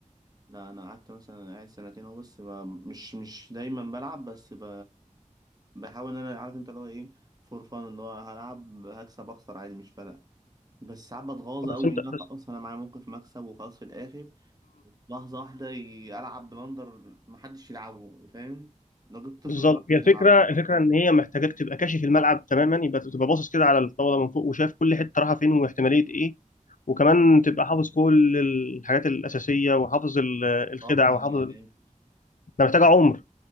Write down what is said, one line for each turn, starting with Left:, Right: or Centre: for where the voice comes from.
Right: لا انا قعدت مثلا قاعد سنتين اهو بس ب- مش مش دايما بلعب بس ب... بحاول ان انا عارف انت اللي هو ايه فور فان اللي هو هلعب هكسب اخسر عادي مش فارقه بس ساعات بتغاظ قوي
Left: بس انت
Right: ان انا
Left: بس
Right: خلاص انا معايا موقف مكسب وخلاص في الاخر لحظه واحده ي- العب بلندر محدش يلعبه فاهم لو جبت طفل
Left: بالظبط
Right: صغير مش
Left: هي الفكره
Right: هيلعبه
Left: الفكره ان هي محتاجاك تبقى كاشف الملعب تماما يبقى تبقى باصص كده على الطاوله من فوق وشايف كل حته رايحه فين واحتماليه ايه وكمان تبقى حافظ كل الحاجات الاساسيه وحافظ ال- الخدع
Right: متوقع
Left: وحافظ
Right: يعني
Left: ده محتاجه عمر